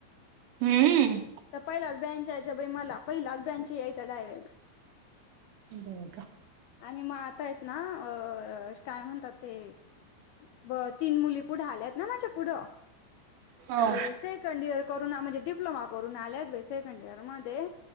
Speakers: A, on the right; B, on the left.
A: हम्म.
B: त पहिलाच बँच यायच्या बाई मला. पहिलाच बँच यायचा डायरेक्ट.
A: <unintelligible> ब का?
B: आणि म आता येत ना काय म्हणतात ते? ब तीन मुली पुढे आल्यात ना. माझ्या पुढं.
A: हो
B: ते स सेकंड डियर करून, म्हणजे डिप्लोमा करून आल्यात बाई सेकंड डियर मध्ये.